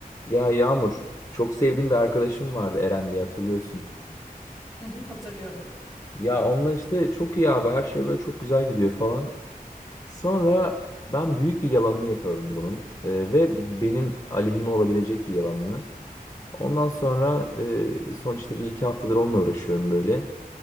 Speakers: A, on the left; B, in the centre.
A: Ya Yağmur, çok sevdiğim bir arkadaşım vardı Eren diye hatırlıyorsun.
B: Hı hı, hatırlıyorum.
A: Ya onunla işte çok iyi abi her şey böyle çok güzel gidiyor falan. Sonra ben büyük bir yalanını yakaladım bunun Ee, ve benim aleyhime olabilecek bir yalanını. Ondan sonra e, son işte bir iki haftadır onunla uğraşıyorum böyle.